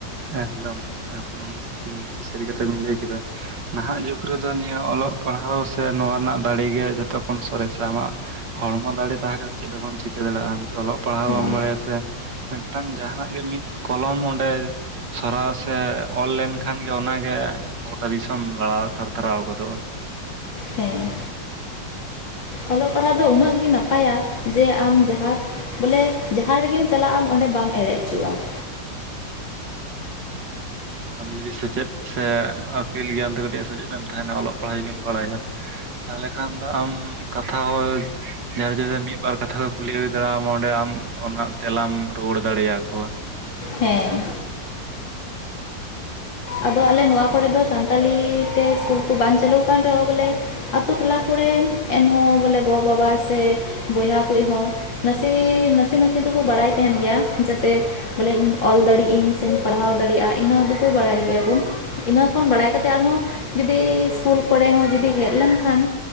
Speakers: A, on the right; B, on the left.
A: ᱮᱠᱫᱚᱢ ᱮᱠᱫᱚᱢ ᱱᱚᱣᱟ ᱫᱚ <unintelligible> ᱥᱟᱹᱨᱤ ᱠᱟᱛᱷᱟ ᱵᱤᱱ ᱞᱟᱹᱭ ᱠᱮᱫᱟ ᱾ ᱱᱟᱦᱟᱜ ᱡᱩᱜᱽ ᱨᱮᱫᱚ ᱱᱤᱭᱟᱹ ᱚᱞᱚᱜ ᱯᱟᱲᱦᱟᱣ ᱥᱮ ᱱᱚᱣᱟ ᱨᱮᱱᱟᱜ ᱫᱟᱲᱮ ᱜᱮ ᱡᱚᱛᱚ ᱠᱷᱚᱱ ᱥᱚᱨᱮᱥᱟ ᱾ ᱟᱢᱟᱜ ᱦᱚᱲᱢᱚ ᱫᱟᱲᱮ ᱛᱟᱦᱮᱸ ᱠᱟᱛᱮᱫ ᱪᱮᱫ ᱫᱚ ᱵᱟᱢ ᱪᱤᱠᱟᱹ ᱫᱟᱲᱮᱜᱼᱟ‌᱾ ᱚᱞᱚᱜ ᱯᱟᱲᱦᱟᱣ ᱵᱟᱢ
B: ᱵᱟᱝ
A: ᱵᱟᱲᱟᱭᱟ ᱥᱮ ᱢᱤᱫᱴᱟᱝ ᱡᱟᱦᱱᱟᱜ ᱜᱮ ᱢᱤᱫ ᱠᱚᱞᱚᱢ ᱚᱸᱰᱮ‌ ᱥᱚᱨᱟᱣ ᱥᱮ ᱚᱞ ᱞᱮᱱᱠᱷᱟᱱ ᱜᱮ ᱚᱱᱟ ᱜᱮ ᱜᱚᱴᱟ ᱫᱤᱥᱚᱢ ᱞᱟᱲᱟᱣ ᱛᱷᱟᱨ ᱛᱷᱟᱨᱟᱣ ᱜᱚᱫᱚᱜᱼᱟ ᱾
B: ᱦᱮᱸ ᱾ ᱚᱞᱚᱜ ᱯᱟᱲᱦᱟᱜ ᱫᱚ ᱩᱱᱟᱹᱜ ᱜᱮ ᱱᱟᱯᱟᱭᱟ ᱡᱮ ᱟᱢ ᱡᱟᱦᱟᱸ ᱵᱚᱞᱮ ᱡᱟᱦᱟᱸ ᱨᱮᱜᱮᱢ ᱪᱟᱞᱟᱜ ᱟᱢ ᱚᱸᱰᱮ ᱵᱟᱢ ᱮᱲᱮ ᱚᱪᱚᱜᱼᱟ ᱾
A: ᱟᱢ ᱡᱩᱫᱤ ᱥᱮᱪᱮᱫ ᱥᱮ ᱟᱹᱠᱤᱞ ᱜᱮᱭᱟᱱ ᱛᱮ ᱠᱟᱹᱴᱤᱡ ᱥᱮᱪᱮᱫ ᱮᱢ ᱛᱟᱦᱮᱱᱟ ᱚᱞᱚᱜ ᱯᱟᱲᱦᱟᱜ ᱡᱩᱫᱤᱢ ᱵᱟᱲᱟᱭᱟ ᱛᱟᱦᱞᱮ ᱠᱷᱟᱱ ᱫᱚ ᱟᱢ ᱠᱟᱛᱷᱟ ᱦᱚᱸ ᱡᱟᱨ <unintelligible> ᱢᱤᱫᱵᱟᱨ ᱠᱟᱛᱷᱟ ᱠᱩᱠᱞᱤ ᱦᱩᱭ ᱫᱟᱲᱮᱜ ᱟᱢ ᱚᱸᱰᱮ ᱟᱢ ᱚᱱᱟ ᱛᱮᱞᱟᱢ ᱨᱩᱣᱟᱹᱲ ᱫᱟᱲᱮᱭᱟᱠᱚᱣᱟ ᱾
B: ᱦᱮᱸ ᱾ ᱟᱫᱚ ᱟᱞᱮ ᱱᱚᱣᱟ ᱠᱚᱨᱮ ᱫᱚ ᱥᱟᱱᱛᱟᱞᱤ ᱛᱮ ᱤᱥᱠᱩᱞ ᱠᱚ ᱵᱟᱝ ᱪᱟᱹᱞᱩᱣᱟᱠᱟᱱ ᱨᱮᱦᱚᱸ ᱵᱚᱞᱮ-ᱼ ᱟᱛᱳ ᱴᱚᱞᱟ ᱠᱚᱨᱮ ᱮᱱᱦᱚᱸ ᱵᱚᱞᱮ ᱜᱚ ᱵᱟᱵᱟ ᱥᱮ ᱵᱚᱭᱦᱟ ᱠᱩᱡ ᱦᱚᱸ ᱱᱟᱥᱮ, ᱱᱟᱥᱮ ᱱᱟᱥᱮ ᱫᱚᱠᱚ ᱵᱟᱲᱟᱭ ᱛᱟᱦᱮᱱ ᱜᱮᱭᱟ ᱡᱟᱛᱮ ᱵᱚᱞᱮᱧ ᱚᱞ ᱫᱟᱲᱤᱜ ᱤᱧ ᱥᱮᱧ ᱯᱟᱲᱦᱟᱣ ᱫᱟᱲᱮᱜᱼᱟ ᱤᱱᱟᱹ ᱫᱚᱠᱚ ᱵᱟᱲᱟᱭ ᱜᱮᱭᱟᱵᱚᱱ ᱤᱱᱟᱹ ᱠᱷᱚᱱ ᱵᱟᱲᱟᱭ ᱠᱟᱛᱮᱫ ᱟᱨᱦᱚᱸ ᱡᱩᱫᱤ ᱤᱥᱠᱩᱞ ᱠᱚᱨᱮ ᱦᱚᱸ ᱡᱩᱫᱤ ᱦᱮᱡ ᱞᱮᱱᱠᱷᱟᱱ